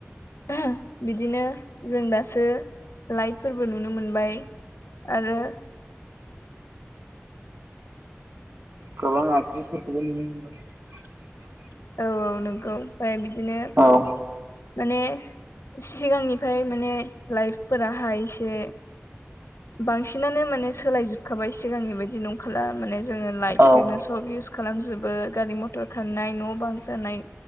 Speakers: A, on the left; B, on the right.
A: <unintelligible> बिदिनो जों दासो लाइटफोरबो नुनो मोनबाय। आरो
B: गोबां आगजुफोरखौबो नुनो मोनो <unintelligible>
A: औ औ नंगौ ओमफ्राय बिदिनो।
B: औ
A: माने सिगांनिफ्राय माने लाइफफोराहाय एसे बांसिनानो माने सोलायजोबखाबाय सिगांनि बायदि नंखाला माने जोङो लाइट
B: औ
A: जोंनो सब इउस खालामजोबो गारि मथर खारनाय न' बां जानाय।